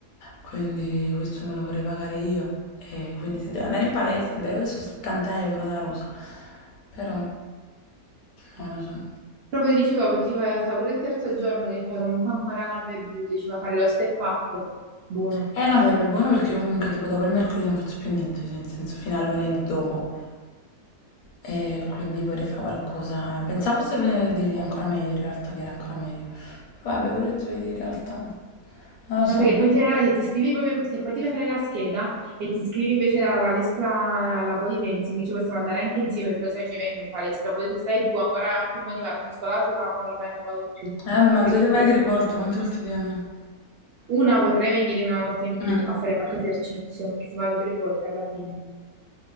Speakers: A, on the left (about 70°); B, on the right (about 70°).
A: Quindi questo me lo vorrei pagare io. E quindi se devo andare in palestra, è vero che sono 70 euro da rosa, però non lo so.
B: Proprio dicevo, ti fa, sta pure il terzo giorno che fai comunque ancora gambe e glutei, ci va a fare lo step up. Buono.
A: Eh no, sarebbe buono perché io comunque tipo dopo il mercoledì non faccio più niente, cioè, nel senso fino a lunedì dopo. E quindi vorrei fare qualcosa. Pensavo fosse il venerdì che è ancora meglio in realtà, che era ancora meglio. Però vabbè, pure il giovedì in realtà. Non lo
B: Ma
A: so.
B: perché poi in generale se ti iscrivi proprio, se poi ti fai fare la scheda e ti iscrivi invece alla palestra, alla body dancing, ci possiamo andare anche insieme, perché lo sai ci vengo in palestra, poi se stai tu ancora più motivata, ci sto là sola, ma ormai non vado più.
A: Eh, vabbè, ma
B: Perché
A: giovedì vai
B: poi
A: tre volte, quante volte ti hanno?
B: una potrei venire una volta in più
A: Mm.
B: a fare qualche esercizio, perché se vado tre volte alla fine.